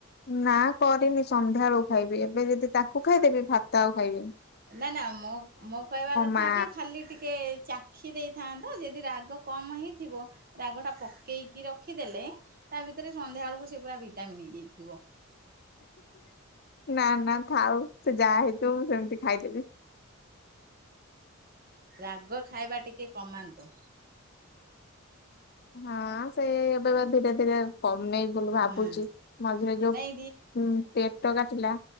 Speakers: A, on the left (about 50°); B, on the right (about 45°).
A: ନା କରିନି ସନ୍ଧ୍ୟା ବେଳକୁ ଖାଇବି ଏବେ ଯଦି ତାକୁ ଖାଇଦେବି ଭାାତତା ଆଉ ଖାଇବି
B: ନା ନା ମୁଁ ମୁ କହିବା କଥା
A: ମା
B: କି ଖାଲି ଟିକେ ଚା ରଖି ଦେଇଥାନ୍ତ ଯଦି ରାଗ କମ ହେଇଥିବ ରାଗ ଟା ପକେଇକି ରଖିଦେଲେ ତା ଭିତରେ ସନ୍ଧ୍ୟାବେଳକୁ ସେ ପୁରା ଭିଟାମିନ ହେଇଯାଇଥିବ।
A: ନା ନା ଥାଉ ସେ ଯାହା ହେଇଥିବ ମୁଁ ସେମତି ଖାଇଦେବି।
B: ରାଗ ଖାଇବା ଟିକେ କମାନ୍ତୁ।
A: ହଁ ସେ ଏବେ ବା ଧୀରେ ଧୀରେ କମେଇ ବୋଲି ଭାବୁଛି
B: ହୁଁ।
A: ମଝିରେ ଯୋଉ
B: ନାଇଁ
A: ଉ ପେଟ କାଟିଲା